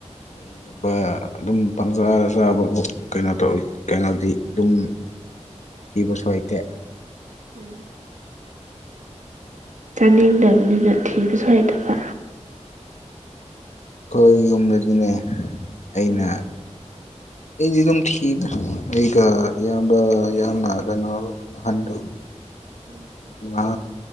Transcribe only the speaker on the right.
ꯎꯝ ꯆꯥꯅꯤꯡꯗꯕꯅꯤꯅ ꯊꯤꯕꯁꯨ ꯍꯩꯇꯕ
ꯎꯝ
<inaudible>